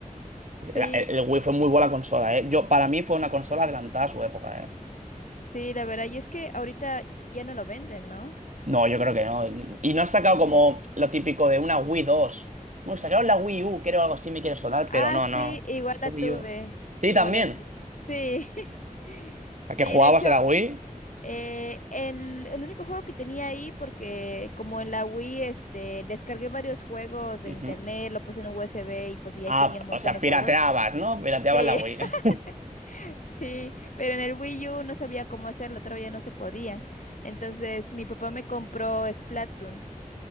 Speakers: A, on the right; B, on the left.
A: El,
B: Sí,
A: el- el Wii fue muy buena consola, ¿eh? Yo, para mí fue una consola adelantada a su época, ¿eh?
B: sí, la verdad. Y es que ahorita ya no lo venden, ¿no?
A: No, yo creo que no. Y no han sacado
B: No.
A: como lo típico de una Wii 2. Bueno, sacaron la Wii U, creo algo así me quiere sonar,
B: Ah,
A: pero no,
B: sí,
A: no.
B: igual la
A: La Wii
B: tuve.
A: U. Sí,
B: Igual
A: también.
B: la tuve. Sí. <laughs>
A: ¿A qué
B: Sí,
A: jugabas
B: de hecho.
A: a la Wii?
B: Eh, el, el único juego que tenía ahí, porque como en la Wii, este, descargué varios juegos de
A: Ujú.
B: internet, lo puse en un USB y pues ya
A: Ah,
B: ahí tenía un montón
A: o sea,
B: de juegos.
A: pirateabas, ¿no? Pirateabas
B: Sí,
A: la Wii. <laughs>
B: <laughs> sí, pero en el Wii U no sabía cómo hacerlo, todavía no se podía. Entonces mi papá me compró Splatoon.